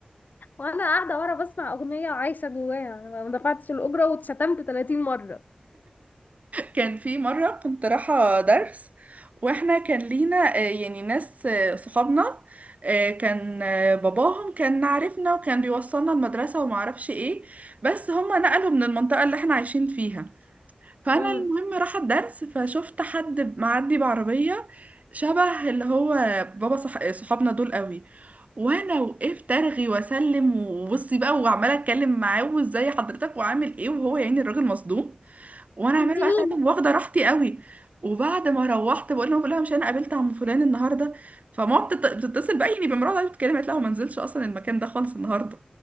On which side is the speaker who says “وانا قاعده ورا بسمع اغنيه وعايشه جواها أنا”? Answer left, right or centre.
Left